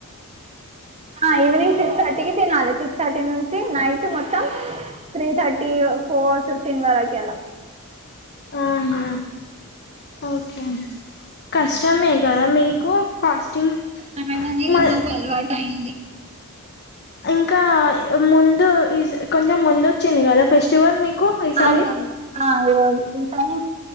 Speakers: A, on the right (about 30°); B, on the left (about 50°).
A: ఆ ఈవినింగ్ సిక్స్ థర్టీ కి తినాలి సిక్స్ థర్టీ నుంచి నైట్ మొత్తం త్రీ థర్టీ ఫోర్ ఫిఫ్టీన్ సింమారాకీ ఎలా
B: ఆహా ఓకే కష్టమే కదా మీ కు ఫాస్టింగ్
A: అనగానే
B: మల్
A: మాకు అలవాటు అయింది
B: ఇంకా ముందు కొంచెం ముందు వచ్చింది కదా ఫెస్టివల్ మీకు ఈసారి
A: ఆ అండి వాళ్చు టైం